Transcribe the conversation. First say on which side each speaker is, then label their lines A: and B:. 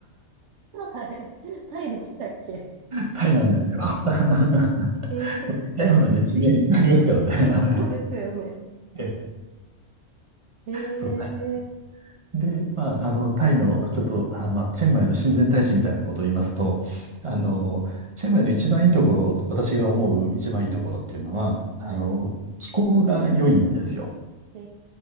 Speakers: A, on the right; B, on the right.
A: <laughs> はい。タイでしたっけ <laughs>
B: タイなんですよ。<laughs>
A: えー、そっか。
B: 似たようなね、地名いっぱいありますからね、
A: え、
B: あの
A: そうですよね。
B: ええ
A: え
B: そう、タイなんです。
A: ー、
B: で、まあ、あの、タイの、ちょっと、あ、まあ、チェンマイの親善大使みたいなことを言いますと、あの、
A: うんうん。
B: チェンマイの一番いいところ、私が思う一番いいところっていうのは、あの、
A: はい。
B: 気候が良いんですよ。
A: え